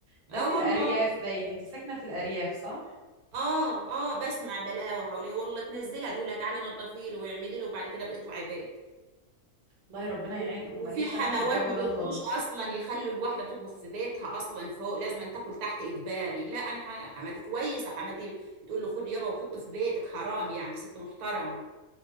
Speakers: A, on the right; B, on the right.
A: ده
B: اه
A: في
B: والله
A: الارياف باين انت ساكنه في الارياف صح
B: اه اه بسمع بلاوي حواليه والله تنزلها تقول لها تعالي نضفي له ويعملي له وبعد كده بيطلع بيت
A: الله يا ربنا
B: و-
A: يعينهم
B: وفي
A: ماليش
B: حموات
A: انا في الجو
B: ما
A: ده
B: بيرضوش
A: خالص
B: اصلا يخلوا الواحده تطبخ في بيتها اصلا فوق لازم أن تاكل تحت اجباري لا انا ح- حماتي كويسه حماتي بتقول له خد يابا وحط في بيتك حرام يعني ست محترمه